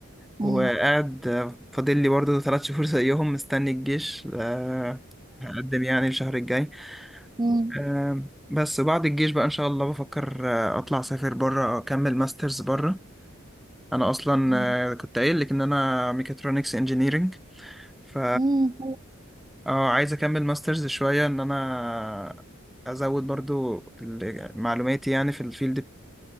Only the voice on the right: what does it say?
مم.
مم.
مم.
مم.